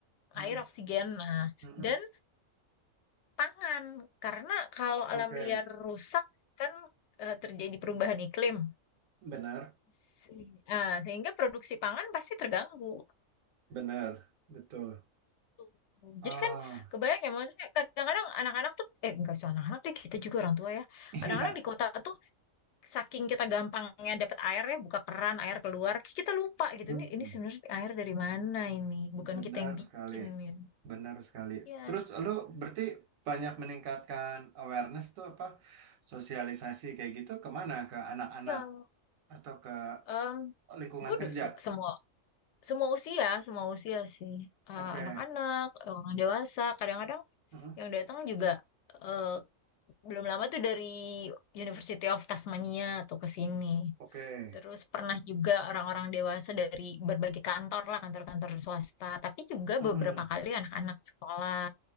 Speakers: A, on the right; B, on the left.
A: Mm-mm.
B: air oksigen, nah,
A: Mm-mm.
B: dan pangan. Karena kalau
A: Oke.
B: alam liar rusak kan eh, terjadi perubahan iklim.
A: Benar.
B: Se- ah, sehingga produksi pangan pasti terganggu.
A: Benar. Betul.
B: Tuh.
A: Ah,
B: Jadi kan kebayang ya maksudnya kadang-kadang anak-anak tuh eh nggak usah anak-anak deh kita juga orang tua ya.
A: <laughs>
B: Kadang-kadang
A: iya.
B: di kota tuh saking kita gampangnya dapat air ya buka keran air keluar kita lupa gitu
A: Hmm.
B: ini ini sebenarnya air dari mana ini bukan
A: Benar
B: kita yang bikin
A: sekali.
B: ya
A: Benar sekali.
B: iya
A: Terus lu berarti banyak meningkatkan awareness tuh apa? Sosialisasi kayak gitu kemana? Ke anak-anak
B: ya
A: atau ke
B: em
A: lingkungan
B: gue
A: kerja?
B: udah se- semua semua usia semua usia sih Eh,
A: Oke.
B: anak-anak orang dewasa kadang-kadang
A: Heeh.
B: yang datang juga eh, belum lama tuh dari University of Tasmania tuh ke sini
A: Oke.
B: Terus pernah juga orang-orang dewasa dari berbagai kantor lah, kantor-kantor swasta, tapi juga
A: Heeh.
B: beberapa kali anak-anak sekolah.